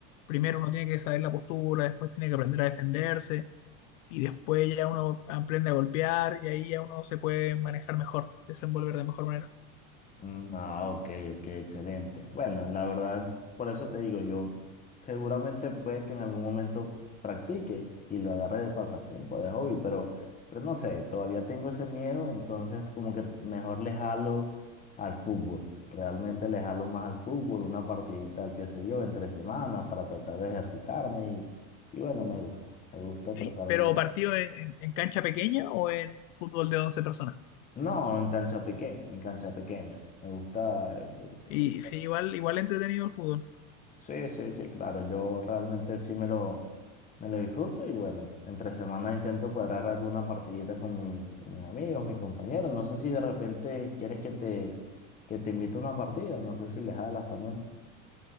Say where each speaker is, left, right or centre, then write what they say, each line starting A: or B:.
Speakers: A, on the left (about 80°); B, on the left (about 20°).
A: Primero uno tiene que saber la postura, después tiene que aprender a defenderse y después ya uno aprende a golpear y ahí ya uno se puede manejar mejor, desenvolver de mejor manera.
B: Mm, Ah, ok, ok, excelente. Bueno, la verdad, por eso te digo, yo seguramente puede que en algún momento practique y lo agarre de pasatiempo, de hobby, pero, pero no sé, todavía tengo ese miedo, entonces como que mejor le jalo al fútbol. Realmente le jalo más al fútbol, una partidita, qué sé yo, entre semana para tratar de ejercitarme y, y bueno, me gusta, me gusta
A: ¿Sí?
B: tratar
A: Pero
B: de...
A: partido en, en- en cancha pequeña o en fútbol de 11 personas.
B: No, en cancha pequeña, en cancha pequeña. Me gusta... eh,
A: Y sí, igual, igual entretenido el fútbol.
B: Sí, sí, sí, claro, yo realmente sí me lo, me lo disfruto y bueno, entre semana intento cuadrar alguna partidita con, mi, con mis amigos, mis compañeros. No sé si de repente quieres que te, que te invite a una partida, no sé si les jalas también.